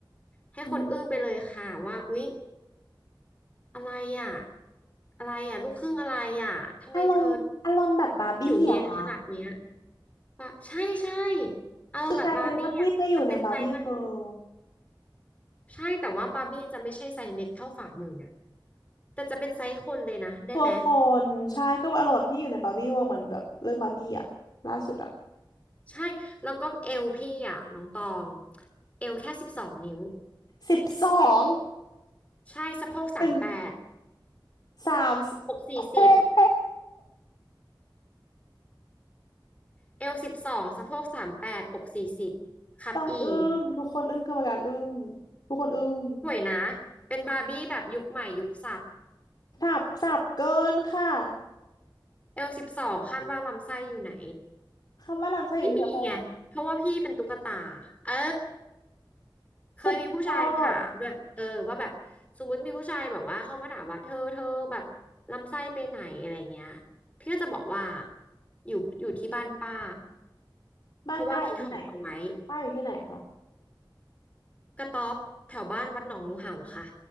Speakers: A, on the left; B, on the left.
A: ให้คนอึ้งไปเลยค่ะว่าอุ๊ย
B: อืม
A: อะไรอ่ะอะไรอ่ะลูกครึ่งอะไรอ่ะทำไมเธอ
B: อารมณ์อารมณ์แบบบาร์บี้อะค่ะ
A: ผิวเนียนขนาดเนี้ยปะใช่ใช่เอาแบบบาร์บี้อ่ะแต่เป็นไซส์มนุษย์
B: คือกลายเป็นว่าพี่ไปอยู่ในบาร์บี้เวิลด์
A: ใช่แต่ว่าบาร์บี้จะไม่ใช่ไซส์เล็กเท่าฝ่ามือนะแต่จะเป็นไซส์คนเลยนะได้ไหม
B: ตัวคนใช่ก็อารมณ์แบบพี่อยู่ในบาร์บี้เวิลด์เหมือนแบบเรื่องบาร์บี้อะล่าสุดอะ
A: ใช่แล้วก็เอวพี่อ่ะน้องตองเอวแค่สิบสองนิ้ว
B: สิบสอง
A: ใช่สะโพกสามแปด
B: หนึ่งสาม
A: อกสี่สิบ
B: เอ๊ะ
A: เอวสิบสองสะโพกสามแปดอกสี่สิบครับอี
B: ต้องอึ้งทุกคนอึ้งกรรมการอึ้งทุกคนอึ้ง
A: สวยนะเป็นบาร์บี้แบบยุคใหม่ยุคสับ
B: สับสับเกินค่ะ
A: เอลสิบสองคาดว่าลำไส้อยู่ไหน
B: คำว่าลำไส้อยู่ที่สะโพก
A: ไม่มีไงเพราะว่าพี่เป็นตุ๊กตาเออ เคยมีผู้ชายถามด้วยเออว่าแบบสมมติมีผู้ชายแบบว่าเข้ามาถามว่าเธอเธอแบบลำไส้ไปไหนอะไรเงี้ย
B: สุดยอด
A: พี่ก็จะบอกว่าอยู่อยู่ที่บ้านป้า
B: บ้านป้าอยู่ที่ไหน
A: เพราะว่าพี่ถอดเอาไว้
B: ป้าอยู่ที่ไหนคะ
A: กระต๊อบแถวบ้านวัดหนองงูเห่าค่ะ